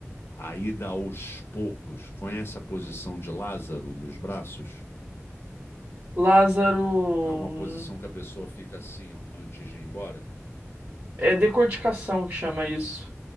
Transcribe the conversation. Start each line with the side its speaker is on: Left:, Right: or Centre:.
Left: a ida aos poucos. Conhece a posição de Lázaro dos braços?
Right: Lázaro.
Left: É uma
Right: hum,
Left: posição que a pessoa fica assim, ó, antes de ir embora?
Right: É decorticação que chama isso